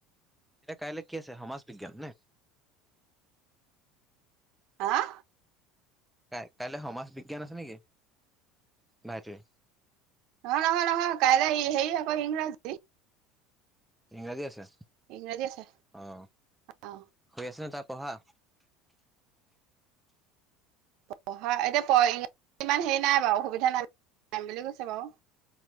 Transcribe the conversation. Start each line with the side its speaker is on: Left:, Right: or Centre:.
Centre: এতিয়া কাইলৈ কি আছে সমাজ বিজ্ঞান নে।
Right: হাহ।
Centre: কাই কাইলৈ সমাজ বিজ্ঞান আছে নেকি না এইটোৱে।
Right: নহয় - নহয় - নহয় কাইলৈ হেই আক ইংৰাজী।
Centre: ইংৰাজী আছে
Right: ইংৰাজী আছে
Centre: অহ,
Right: অ
Centre: শুই আছে ন তাত। পঢ়া
Right: পঢ়া এতিয়া প ইৰাজী ইমান হেৰি নাই বাৰু অসুবিধা নালাগে। নম বুলি কৈছে বওু